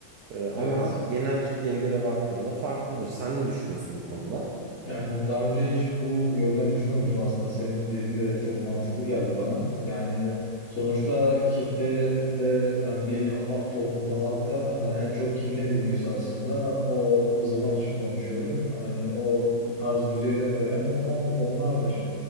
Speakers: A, on the right (about 70°); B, on the left (about 40°).
A: Ee, ama
B: Evet.
A: genel kitleye göre baktığında farklıdır. Sen ne düşünüyorsun bu konuda?
B: Yani daha önce hiç bu yönden düşünmemişim aslında. Senin dediğin de çok mantıklı geldi bana. Yani sonuçta kitle de yani bir ha- toplumda halkta hani en çok kim ne dinliyorsa aslında o zaman için konuşuyorum. Hani o tarz müziğe rap veren onlar, onlardır.